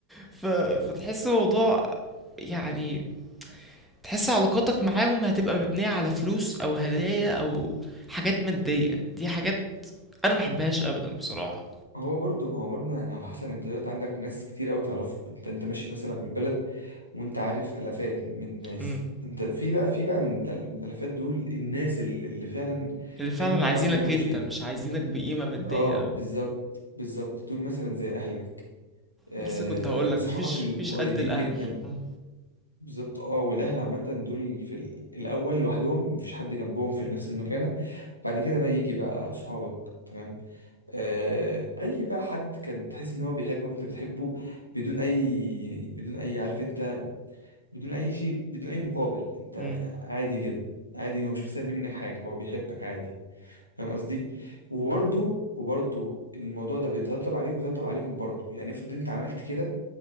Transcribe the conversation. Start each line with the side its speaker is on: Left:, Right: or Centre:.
Centre: ف... فتحس الموضوع يعني تحس علاقاتك معاهم هتبقى مبنية على فلوس او هدايا او حاجات مادية دي حاجات انا ما بحبهاش ابدا بصراحة
Left: هو برضه ما هو برضه يعني على حسب انت دلوقتي عندك ناس كتير قوي تعرفهم انت انت ماشي مثلا من البلد وانت عارف الافات من الناس
Centre: امم
Left: انت في بقى في بقى من الال- من الالافات دول الناس اللي, اللي فعلا
Centre: اللي فعلا
Left: انت تعني
Centre: عايزينك
Left: لهم
Centre: انت
Left: شيء
Centre: مش عايزينك
Left: فاهم
Centre: بقيمة مادية
Left: اه بالظبط بالظبط دول مثلا زي اهلك آه،
Centre: لسه كنت هقول لك
Left: صحابك
Centre: مفيش
Left: القريبين
Centre: مفيش قد الاهل
Left: جدا
Centre: اه
Left: بالظبط اه والاهل عامه دول في ال- الاول لوحدهم مفيش حد جنبهم في نفس المكانه بعد كده بقى يجي بقى صحابك تمام آه اي بقى حد كان تحس ان هو بيحبك وانت بتحبه بدون اي بدون اي عارف انت بدون اي شيء بدون اي مقابل انت
Centre: امم
Left: عادي جدا عادي هو مش مستني منك حاجه هو بيحبك عادي فاهم قصدي وبرده وبرده الموضوع ده بيترتب عليهم وبيترتب عليهم برضه يعني افرض انت عملت كده